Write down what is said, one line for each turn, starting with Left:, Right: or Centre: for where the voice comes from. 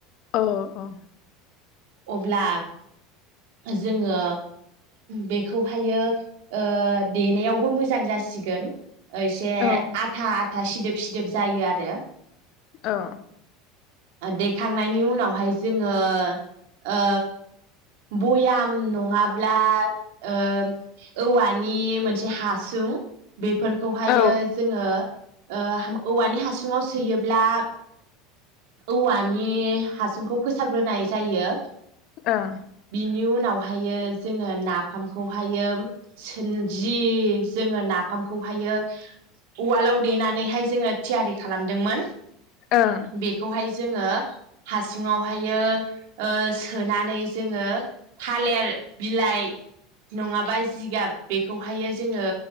Left: औ औ।
Right: अब्ला जोङो बेखौहायो ओ देनायावबो मोजां जासिगोन ओसे
Left: औ
Right: आथा था सिदोब सिदोब जायो आरो
Left: औ
Right: देखांनायनि उनावहाय जोङो ओ बयाम नङाब्ला ओ औवानि मोनसे हासुं बेफोरखौहायो
Left: औ ओं
Right: जोङो ओ औवानि हासुङाव सोयोब्ला औवा नि हासुंखौ फोसाबग्रोनाय जायो
Left: ओं
Right: बेनि उनावहायो जोङो नाफामखौहायो सो जि जोङो नाफामखौहायो उवालाव देनानैहाय जोङो थियारि खालामदोंमोन
Left: ओं
Right: बेखौहाय जोङो हासुुंङाव फायो ओ सोनानै जोंङो थालिर बिलाइ नङाबा जिगाब बेखौहायो जोङो